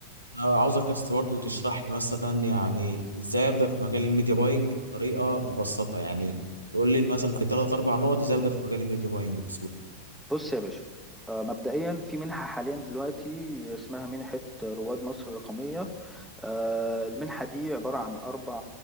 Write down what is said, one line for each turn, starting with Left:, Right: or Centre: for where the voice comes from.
Right: أنا عاوزك يا اسطى برضه تشرح لي مثلا يعني ازاي ابدا في مجال الميديا باينج بطريقه مبسطه يعني تقول لي مثلا في ثلاث اربع نقط ازاي ابدا في مجال الميديا باينج بسهوله
Centre: بص يا باشا آه، مبدئيا في منحة حاليا دلوقتي اسمها منحة رواد مصر الرقمية آه، المنحة دي عبارة عن أربع